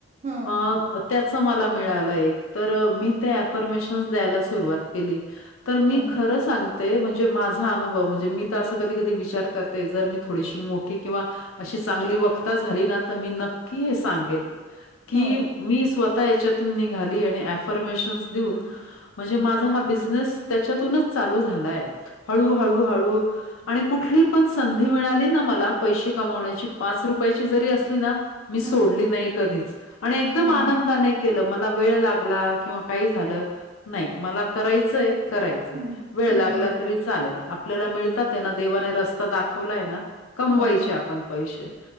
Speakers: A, on the right; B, on the left.
A: हं
B: अ त्याचं मला मिळालं एक तर मी
A: हं
B: ते
A: हं
B: ऍफर्मेशन्स द्यायला सुरवात केली, तर मी
A: हं
B: खर सांग ते, म्हणजे माझा अनुभव म्हणजे मी तर असं कधी कधी विचार करते, जर मी थोडीशी मोठी किंवा अशी चांगली वक्ता झाली ना तर मी नक्की हे सांगेल कि
A: हो
B: मी स्वतः याच्यातून निघाली आणि ऍफर्मेशन्स देऊन म्हणजे माझा हा बिझनेस त्याच्यातूनच चालू झालाय, हळू हळू
A: हो काय
B: हळू आणि कुठली पण संधी मिळाली ना मला पैसे कमावण्याची पाच रुपयाची जरी असली ना मी सोडली
A: हं
B: नाही कधीच आणि एकदम
A: हं
B: आनंदाने
A: हं
B: केलं मला वेळ लागला किंवा काही झालं नाही मला करायचंय कराय -चंय,
A: हं
B: वेळ
A: हं
B: लागला
A: हं हं
B: तरी चालेल, आपल्याला मिळताते ना, देवाने रस्ता दाखवलाय ना कमवायचे
A: हं हं
B: आपण पैसे